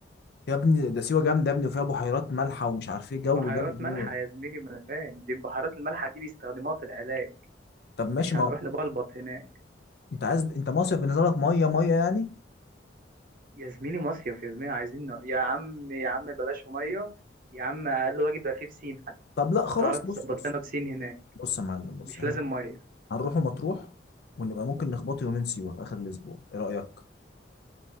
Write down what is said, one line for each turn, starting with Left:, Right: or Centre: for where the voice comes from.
Left: يا ابني ده سيوه جامده يا ابني وفيها بحيرات مالحه ومش عارف ايه جو
Right: بحيرات
Left: جامد
Right: مالحة
Left: موت
Right: يا زميلي ما انا فاهم دي البحيرات المالحة دي بيستخدموها في العلاج
Left: طب
Right: مش
Left: ماشي ما
Right: هنروح
Left: هو
Right: نبلبط هناك
Left: انت عايز انت مصيف بالنسبه لك ميه ميه يعني
Right: يا زميلي مصيف يا زميلي عايزين ن- يا عم يا عم بلاش مية يا عم اقل واجب بقى فيه بسين حتى
Left: طب لا
Right: لو
Left: خلاص
Right: تعرف تظبط
Left: بص بص
Right: لنا بسين هناك
Left: بص يا معلم بص
Right: مش
Left: احنا
Right: لازم مية
Left: هنروح مطروح ونبقى ممكن نخبط يومين سيوه في اخر الاسبوع ايه رايك